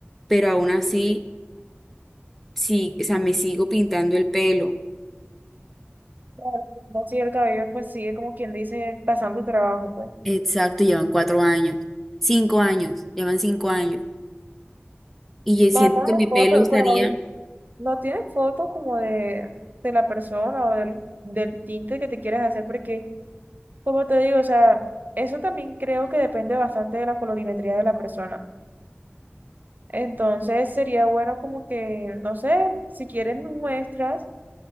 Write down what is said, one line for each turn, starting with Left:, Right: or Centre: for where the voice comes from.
Centre: pero aún así, sí, o sea, me sigo pintando el pelo.
Right: Claro, no sí, el cabello pues sigue como quien dice pasando el trabajo, pues.
Centre: Exacto, llevan cuatro años, cinco años, llevan cinco años. Y yo
Right: Van
Centre: siento
Right: a
Centre: que mi pelo
Right: fotos,
Centre: estaría,
Right: pero no tienes fotos como de, de la persona o del, del tinte que te quieres hacer, porque como te digo, o sea, eso también creo que depende bastante de la colorimetría de la persona. Entonces sería bueno como que, no sé, si quieres me muestras.